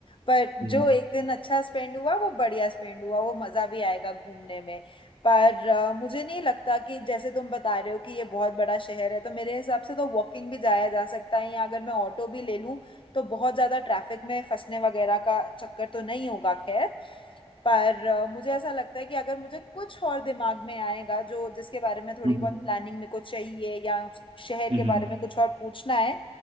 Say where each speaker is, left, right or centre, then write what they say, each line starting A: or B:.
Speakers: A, on the left; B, on the right.
A: पर
B: हम्म
A: जो एक दिन अच्छा स्पेंड हुआ वो बढ़िया स्पेंड हुआ वो मज़ा भी आएगा घूमने में पर अ, मुझे नहीं लगता कि जैसे तुम बता रहे हो कि ये बहुत बड़ा शहर है तो मेरे हिसाब से तो वॉकिंग भी जाया जा सकता है या अगर मैं ऑटो भी ले लूँ तो बहुत ज़्यादा ट्रैफिक में फंसने वगैरह का चक्कर तो नहीं होगा खैर पर अ, मुझे ऐसा लगता है कि अगर मुझे कुछ और दिमाग में आएगा जो जिसके बारे में थोड़ी
B: हम्म
A: बहुत प्लानिंग मेरे को चाहिए या उस शहर
B: हम्म,
A: के बारे में कुछ और पूछना है